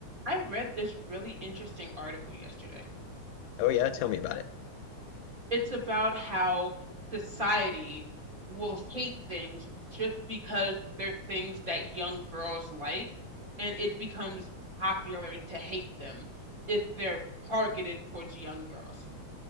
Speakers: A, on the right; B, on the left.
A: I read this really interesting article yesterday.
B: Oh yeah, tell me about it.
A: It's about how society will hate things just because they're things that young girls like, and it becomes popular to hate them if they're targeted towards young girls.